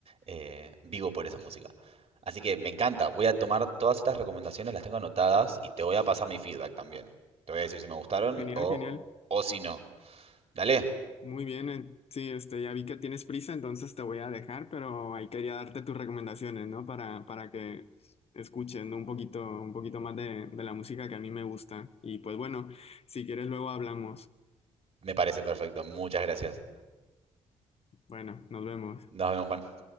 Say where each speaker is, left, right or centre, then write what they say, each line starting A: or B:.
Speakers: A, on the right (about 40°); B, on the left (about 40°).
A: eh, vivo por esa música. Así que me encanta, voy a tomar todas estas recomendaciones, las tengo anotadas y te voy a pasar mi feedback también. Te voy a decir si me gustaron
B: Genial,
A: o,
B: genial.
A: o si no. Dale,
B: Muy bien, eh, sí, este, ya vi que tienes prisa, entonces te voy a dejar, pero ahí quería darte tus recomendaciones, ¿no? Para, para que escuchen un poquito, un poquito más de, de la música que a mí me gusta. Y pues bueno, si quieres luego hablamos.
A: me parece perfecto. Muchas gracias.
B: Bueno, nos vemos.
A: Nos vemos, Juan.